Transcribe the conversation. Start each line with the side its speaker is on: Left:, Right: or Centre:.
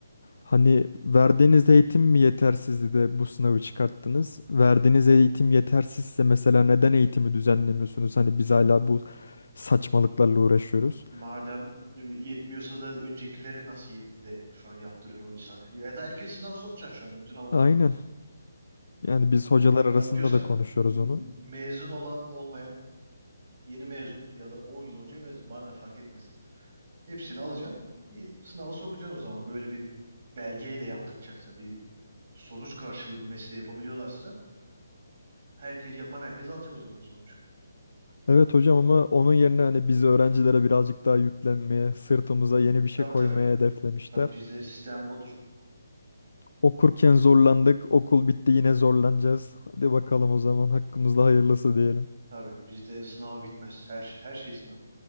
Left: Hani verdiğiniz eğitim mi yetersizdi de bu sınavı çıkarttınız? Verdiğiniz eğitim yetersizse mesela neden eğitimi düzenlemiyorsunuz? Hani biz hala bu saçmalıklarla uğraşıyoruz.
Right: Madem e, yetmiyorsa da öncekileri nasıl yetti de şu an yaptırıyorsun o insan. Ya da herkes sınav sokacaksın şu anda bütün avukatları.
Left: Aynen. Yani biz hocalar
Right: Onu yapıyorsan
Left: arasında da konuşuyoruz
Right: m-
Left: onu.
Right: mezun olan olmayan yeni mezun ya da 10 yıl önce mezun bana ne fark etmez. Hepsini alacaksın i- sınava sokacaksın o zaman. Böyle bir belgeyle yaptıracaksa bir sonuç karşılığı bu mesleği yapabiliyorlarsa herkes yapan herkes alacak o zaman sonucu.
Left: Evet hocam ama onun yerine hani biz öğrencilere birazcık daha yüklenmeye, sırtımıza yeni bir şey
Right: Tabii
Left: koymaya
Right: tabii.
Left: hedeflemişler.
Right: Tabii bizde sistem odur.
Left: Okurken zorlandık. Okul bitti yine zorlanacağız. Hadi bakalım o zaman hakkımızda hayırlısı diyelim.
Right: Tabii bizde sınav bitmez. Her şey, her şey sınav.